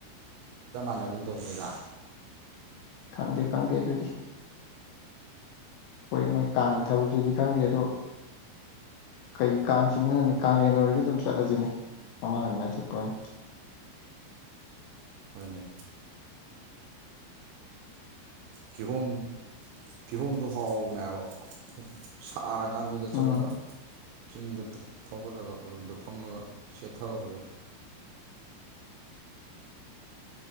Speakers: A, on the right; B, on the left.
A: ꯆꯞ ꯃꯥꯟꯅꯒꯨꯝ ꯇꯧꯅꯤꯗ
B: ꯈꯪꯗꯦ ꯈꯪꯗꯦ ꯑꯗꯨꯗꯤ ꯍꯣꯏ ꯃꯣꯏ ꯀꯥꯡꯒꯤ ꯊꯕꯛꯁꯤꯗꯤ ꯈꯪꯗꯦ ꯑꯗꯣ ꯀꯩ ꯀꯥꯡ ꯆꯤꯡꯕ ꯅꯨꯃꯤꯠ ꯀꯥꯡꯂꯦꯟ ꯑꯣꯏꯔꯤꯁꯨ ꯑꯗꯨꯝ ꯆꯠꯂꯁꯤꯅꯦ ꯃꯃꯥꯡ ꯑꯗꯨꯃꯥꯏꯅ ꯆꯠꯄꯅꯤ
A: ꯍꯣꯏꯅꯦ ꯀꯤꯍꯣꯝ ꯀꯤꯍꯣꯝꯗꯣ ꯍꯥꯎꯕꯅꯦ ꯍꯥꯏꯕ ꯁꯥꯔ ꯀꯥꯟꯗꯨꯗ
B: ꯎꯝ
A: ꯆꯠꯂꯒ ꯆꯤꯡꯗ ꯊꯧꯒꯠꯂꯒ ꯎꯔꯨꯝꯗ ꯐꯝꯃꯒ ꯁꯦꯠꯊꯕꯗꯣ